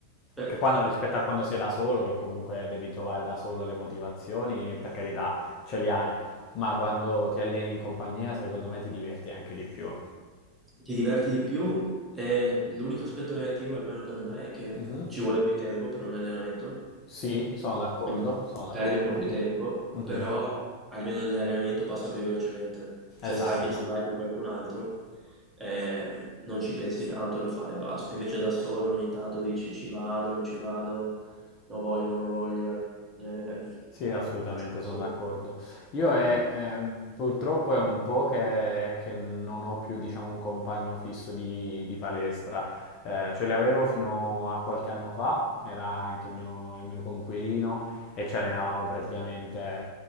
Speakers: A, in the centre; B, on the left.
A: beh,
B: che quando- rispetto a quando sei da solo, che comunque devi trovare da solo le motivazioni, per carità, ce le hai, ma quando ti alleni in compagnia, secondo me ti diverti anche di più.
A: ti diverti di più e l'unico aspetto negativo, almeno per me, è che
B: Mhm.
A: ci vuole più tempo per un allenamento.
B: Sì, sono d'accordo,
A: Quindi
B: sono d'accordo.
A: perdi un po' più tempo,
B: Mhm,
A: però almeno l'allenamento passa più velocemente. Se
B: Esatto.
A: sai che ci vai con qualcun altro, eh, non ci pensi tanto, lo fai e basta. Invece da solo ogni tanto dici ci vado, non ci vado, non voglio, non ho voglia. Eh,
B: Sì, assolutamente,
A: sì.
B: sono d'accordo. Io è, eh, purtroppo è un po' che, che non ho più, diciamo, un compagno fisso di, di palestra. Eh, ce l'avevo fino a qualche anno fa, era anche il mio, il mio coinquilino e ci allenavamo praticamente